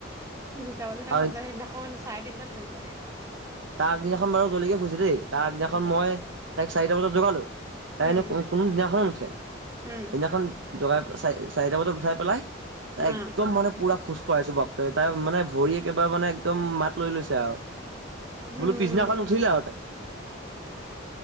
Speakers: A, on the right (about 15°); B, on the right (about 65°).
A: দুটা দুটা
B: আৰু
A: মাত্ৰ সেইদিনাখন চাৰে তিনটাত শুইছো।
B: তাৰ আগদিনাখন বাৰু জলিকে শুইছে দেই। তাৰ আগদিনাখন
A: উম,
B: মই তাইক চাৰিটা বজাত জগালো, তাই
A: উম,
B: হেনু কোনো কোনো দিনাখন নুঠে।
A: উম,
B: সেইদিনাখন জগাই চাই-চাৰিটা বজাত উঠাই পেলাই তাই একদম
A: অ',
B: মানে পুৰা খোচ কৰাইছো বাপ্পেকে তাই মানে ভৰিত এইবাৰ মানে একদম মাত লৈ লৈছে আৰু। বোলো
A: উম
B: পিছদিনাখন উঠিলে আৰু তাই